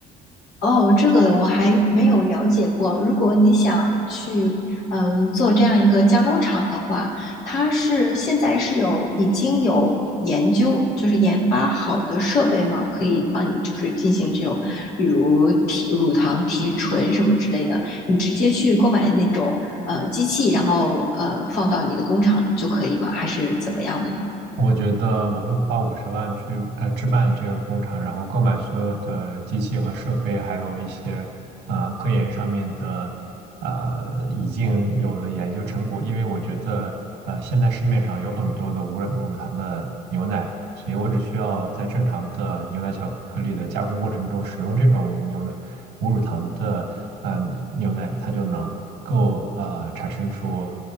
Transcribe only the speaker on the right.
我觉得我会花五十万去呃置办这个工厂，然后购买所有的机器和设备，还有一些呃科研上面的呃已经有的研究成果。因为我觉得呃现在市面上有很多的无染无乳糖的牛奶，所以我只需要在正常的牛奶巧克力的加工过程中使用这种无牛奶无乳糖的嗯牛奶，它就能够呃产生出。